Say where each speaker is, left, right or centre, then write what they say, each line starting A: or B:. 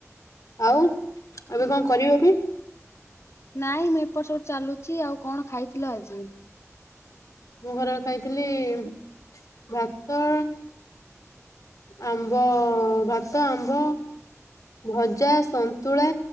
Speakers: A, on the left (about 85°); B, on the left (about 55°).
A: ଆଉ ଏବେ କଣ କରିବ ବି?
B: ନାଇଁ ମୁଁ ଏପଟ ସେପଟ ଚାଲୁଛି ଆଉ କଣ ଖାଇଥିଲ ଆଜି?
A: ମୁଁ ଖରାବେଳେ ଖାଇଥିଲି ଭାତ ଆମ୍ବ, ଭାତ, ଆମ୍ବ ଭଜା, ସନ୍ତୁଳା